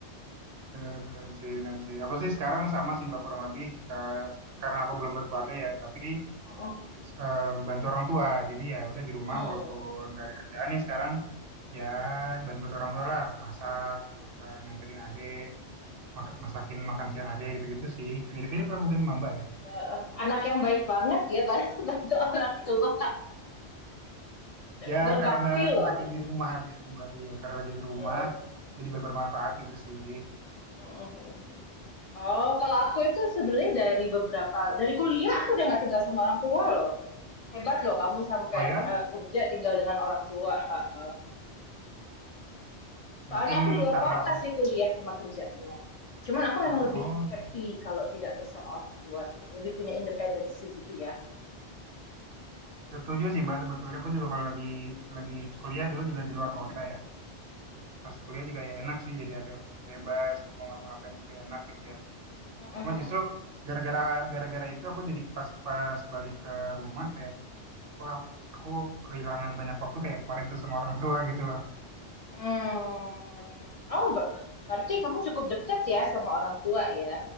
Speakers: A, on the right (about 60°); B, on the left (about 70°).
A: Benar, benar sih, benar sih. Aku sih sekarang sama sih Mbak kurang lebih. eh, karena aku belum berkeluarga ya, tapi
B: Heeh.
A: eh, bantu orang tua. Jadi ya udah di
B: Hmm.
A: rumah walaupun gak ada kerjaan nih sekarang. Ya bantu-bantu orang tua lah. Masak gitu kan, nganterin adek. mak- masakin makan siang adek gitu-gitu sih. Mirip-mirip lah mungkin sama Mbak ya.
B: Eh, eh, anak yang baik banget ya <laughs> bantu orang tua,
A: Ya
B: berbakti
A: karena
B: loh.
A: lagi di rumah aja sih Mbak. Iya, karena lagi di
B: Heeh.
A: rumah. Jadi bermanfaat gitu sih.
B: Mhm, mhm, mhm. Oh, kalau aku itu sebenarnya dari beberapa dari kuliah aku udah nggak tinggal sama orang tua loh. Hebat loh kamu sampai
A: Oh ya,
B: eh, kerja tinggal dengan orang tua. ha, ha. Soalnya
A: mungkin
B: aku di luar
A: karena
B: kota
A: orang
B: sih kuliah sama kerjanya gitu. Cuman aku
A: ah,
B: emang
A: ah,
B: lebih
A: oh
B: happy
A: gitu.
B: kalau tidak bersama orang tua gitu. Lebih punya independensi gitu ya.
A: Setuju sih Mbak sebetulnya aku juga kalau lagi lagi kuliah dulu juga di luar kota ya. Pas kuliah juga ya enak sih jadi agak bebas mau ngapa-ngapain juga enak gitu ya.
B: Mhm,
A: Cuma justru
B: mhm.
A: gara-gara gara-gara itu aku jadi pas-pas balik ke rumah kayak wah aku kehilangan banyak waktu kayak kemarin tuh sama orang tua gitu loh.
B: Hmm. Oh, ber- berarti kamu cukup dekat ya sama orang tua ya.